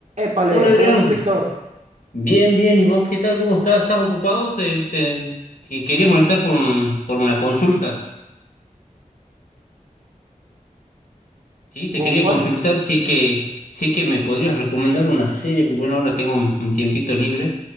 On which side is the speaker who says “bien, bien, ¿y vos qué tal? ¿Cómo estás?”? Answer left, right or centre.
Left